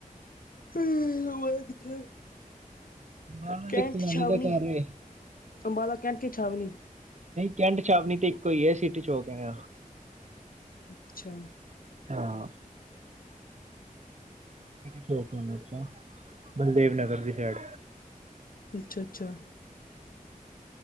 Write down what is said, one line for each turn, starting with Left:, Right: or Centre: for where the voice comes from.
Left: ਹਮ ਉਹ ਹੈ ਕਿੱਥੇ
Right: <unintelligible> ਨਹੀਂ
Left: ਕੈਂਟ ਛਾਵਨੀ ਅੰਬਾਲਾ ਕੈਂਟ ਕੀ ਛਾਵਨੀ
Right: ਕੈਂਟ ਛਾਵਣੀ ਤੇ ਇੱਕੋ ਹੀ ਹੈ, ਸੀਟੀ ਚੌਂਕ ਤੇ ਹੈ।
Left: ਅੱਛਾ।
Right: ਅੱਛਾ। ਚੌਕ ਆਪਾਂ ਬਲਦੇਵ ਨਗਰ ਦੀ ਸਾਈਡ
Left: ਅੱਛਾ ਅੱਛਾ